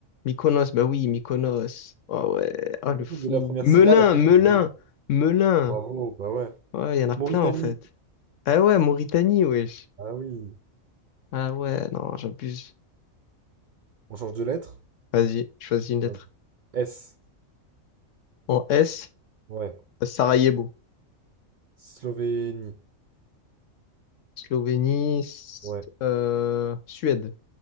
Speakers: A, on the left; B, on the right.
A: Mykonos, bah oui, Mykonos. Oh ouais, ah
B: En
A: le
B: plus,
A: fou.
B: je me donnais la première
A: Melun,
B: syllabe, après
A: Melun,
B: je te trouve.
A: Melun.
B: Bravo, bah ouais.
A: Ouais, il y en a
B: Mauritanie,
A: plein en fait. Ah ouais, Mauritanie, wesh.
B: ah oui.
A: Ah ouais, non, j'abuse.
B: On change de lettre?
A: Vas-y, choisis une lettre.
B: Ouais. S,
A: En S,
B: ouais.
A: Sarajevo.
B: Slovénie,
A: Slovénie, S-
B: ouais.
A: euh, Suède.